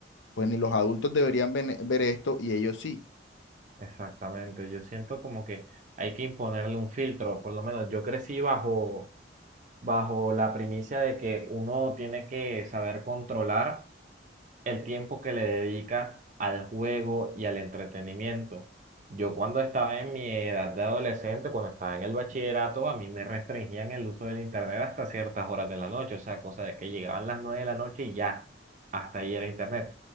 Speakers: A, on the left; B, on the right.
A: pues ni los adultos deberían ven- ver esto y ellos sí.
B: Exactamente, yo siento como que hay que imponerle un filtro, por lo menos yo crecí bajo, bajo la primicia de que uno tiene que saber controlar el tiempo que le dedica al juego y al entretenimiento. Yo cuando estaba en mi edad de adolescente, cuando estaba en el bachillerato, a mí me restringían el uso del internet hasta ciertas horas de la noche, o sea, cosa de que llegaban las nueve de la noche y ya, hasta ahí era internet.